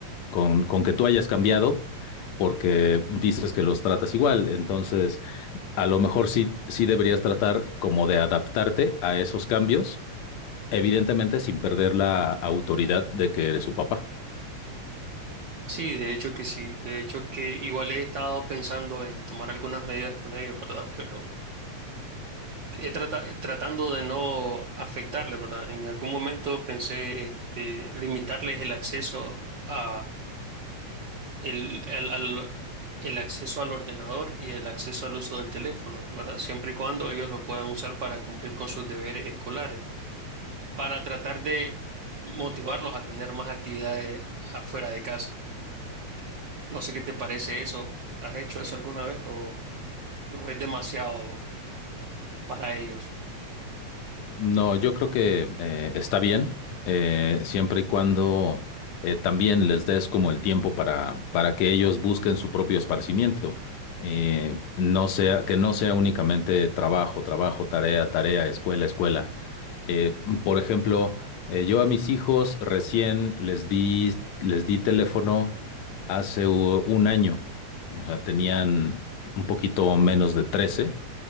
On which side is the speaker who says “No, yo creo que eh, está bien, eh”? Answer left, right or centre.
Left